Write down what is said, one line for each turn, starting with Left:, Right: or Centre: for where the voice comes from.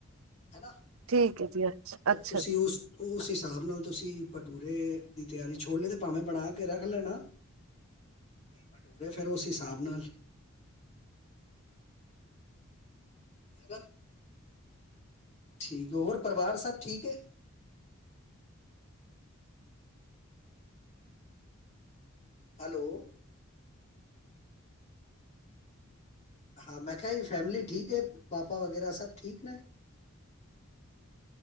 Left: ਹੈਨਾ।
Right: ਠੀਕ ਐ ਜੀ।
Left: ਫੇਰ
Right: ਅੱਛਾ
Left: ਤੁਸੀਂ
Right: ਜੀ
Left: ਉਸ ਉਸ ਹਿਸਾਬ ਨਾਲ ਤੁਸੀਂ ਭਟੂਰੇ, ਦੀ ਤਿਆਰੀ ਛੋਲੇ ਤੇ ਭਾਵੇਂ ਬਣਾ ਕੇ ਰੱਖ ਲੈਣਾ। ਤੇ ਭਟੂਰੇ ਫੇਰ ਉਸ ਹਿਸਾਬ ਨਾਲ ਹਨਾ। ਠੀਕ ਹੋਰ। ਪਰਿਵਾਰ ਸਭ ਠੀਕ ਐ? ਹੈਲੋ ਹਾਂ। ਮੈਂ ਕਿਹਾ ਜੀ ਫੈਮਿਲੀ ਠੀਕ ਐ, ਪਾਪਾ ਵਗੈਰਾ ਸਭ ਠੀਕ ਨੇ।